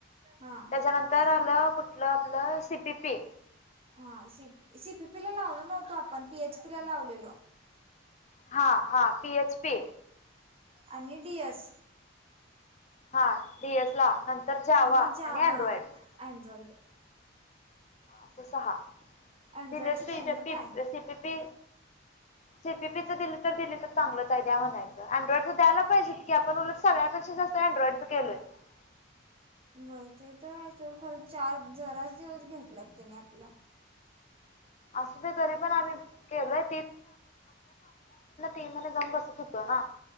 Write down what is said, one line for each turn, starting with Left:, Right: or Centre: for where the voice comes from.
Right: हा
Left: त्याच्यानंतर आलं कुठलं आपलं सी पी पी
Right: हा स सीपीपी ला लावलो नव्हतो आपण पीएच पी ला लावलेलो.
Left: हा हा पीएच पी.
Right: आणि डी एस.
Left: हा डीएस ला नंतर जावा
Right: मग जावा
Left: आणि अँड्रॉइड.
Right: अँड्रॉइड
Left: अस सहा
Right: अँड्रॉइडचं
Left: दिलेपी
Right: देणार
Left: पी
Right: काय
Left: C P P. C P P चा दिल. तर दिली तर चांगलंच द्या म्हणायचं. अँड्रॉइड च द्यायाला पाहिजे की आपण उट सगळ्याेक्षा जास्त अँड्रॉइड च केलोय. <unintelligible>
Right: बग ते, तो खर चार जराच दिवस घेतलात त्याने आपलं.
Left: असू दे तरी पण आम्ही केलोय मी म्हणलं जाऊन बसू शकतो ना.